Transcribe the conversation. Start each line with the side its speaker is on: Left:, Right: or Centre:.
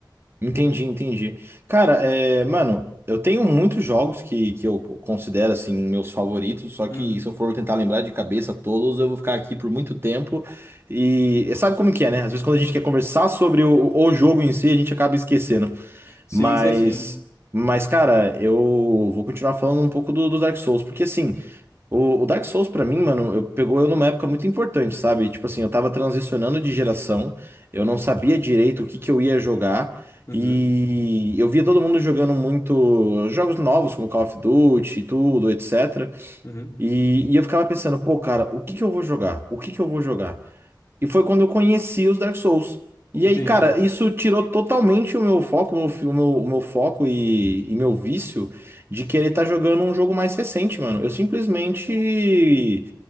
Right: Entendi, entendi. Cara, é, mano, eu tenho muitos jogos que, que eu considero assim meus favoritos, só
Left: Uhum.
Right: que se eu for tentar lembrar de cabeça todos, eu vou ficar aqui por muito tempo. E sabe como que é, né? Às vezes quando a gente quer conversar sobre o, o jogo em si, a gente acaba esquecendo.
Left: Sim,
Right: Mas,
Left: sei sim.
Right: mas, cara, eu vou continuar falando um pouco do, do Dark Souls, porque assim. O, o Dark Souls, pra mim, mano, eu- pegou eu numa época muito importante, sabe? Tipo assim, eu tava transicionando de geração, eu não sabia direito o que que eu ia jogar,
Left: Uhum,
Right: e eu via todo mundo jogando muito jogos novos, como Call of Duty e tudo, etc.
Left: uhum.
Right: E, e eu ficava pensando, pô, cara, o que que eu vou jogar? O que que eu vou jogar? E foi quando eu conheci os Dark Souls. E
Left: Entendi.
Right: aí, cara, isso tirou totalmente o meu foco, o meu, fi- o meu, o meu foco e, e meu vício de querer estar jogando um jogo mais recente, mano. Eu simplesmente